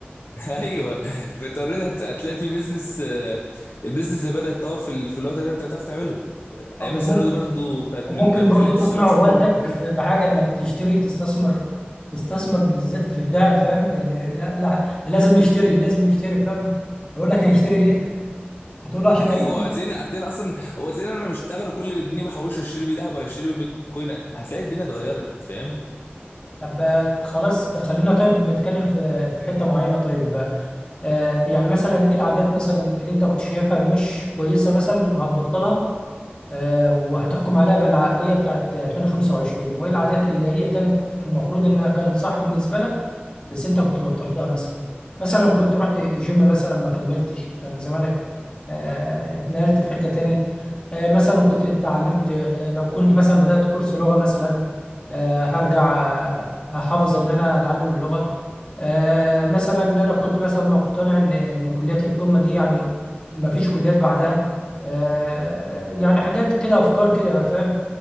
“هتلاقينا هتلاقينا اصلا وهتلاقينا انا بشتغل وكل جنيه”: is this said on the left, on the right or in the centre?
Left